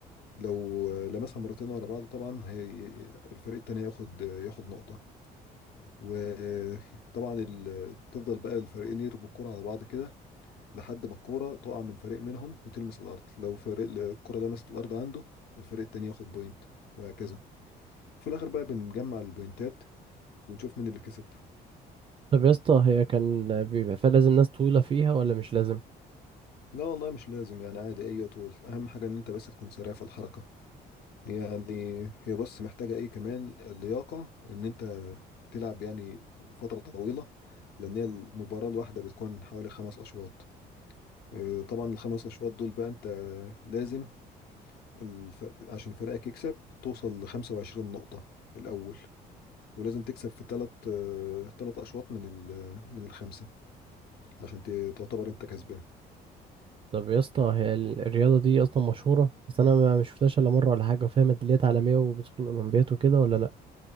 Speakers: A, on the left; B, on the right.
A: لو لمسها مرتين ورا بعض طبعا هي الفريق التاني ياخد ياخد نقطه وطبعا ال... تفضل بقى الفريقين يرموا الكوره على بعض كده لحد ما الكورة تقع من فريق منهم وتلمس الأرض لو فريق الكورة لمست الأرض عنده الفريق التاني ياخد بوينت وهكذا وفي الآخر بقى بنجمع البوينتات ونشوف مين اللي كسب
B: طب يا اسطى هي كان بيبقى فيها لازم ناس طويله فيها ولا مش لازم
A: لا والله مش لازم يعني عادي أي طول أهم حاجة إن أنت بس تكون سريع في الحركة يعني هي بس محتاجة إيه كمان اللياقة إن أنت تلعب يعني فترة طويلة لأن هي المباراة الواحدة بتكون حوالي خمس أشواط إيه، طبعا الخمس أشواط دول بقى أنت لازم الف... عشان فريقك يكسب توصل ل 25 نقطة الأول ولازم تكسب في ثلاث ثلاث أشواط من ال... من الخمسة عشان ت- تعتبر أنت كسبان
B: طب يا اسطى هي ال- الرياضه دي اصلا مشهوره بس انا ما ما شفتهاش الا مره ولا حاجه وفيها ميداليات عالميه وبتدخل الاولمبياد وكده ولا لا